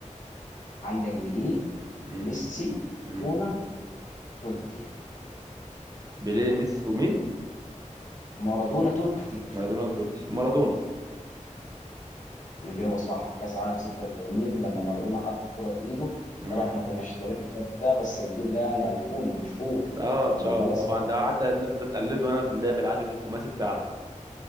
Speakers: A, on the left; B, on the right.
A: عندك بيليه
B: امم
A: ميسي
B: امم
A: مارادونا توتي
B: بيليه ميسي ومين
A: مارادونا توتي
B: مارادونا وتوتي مارادونا
A: الإجابة صح كأس عالم 86 لما مارادونا حط الكرة بإيده
B: امم
A: طبعا احنا كناش اتولدنا وقتها بس الجون ده يعني أيقوني مشهور
B: اه اتشهر
A: إن مارادونا
B: طبعا
A: ساعتها
B: ده حتى الناس بتقلده هنا في اللعب العادي في الخماسي بتاعنا ده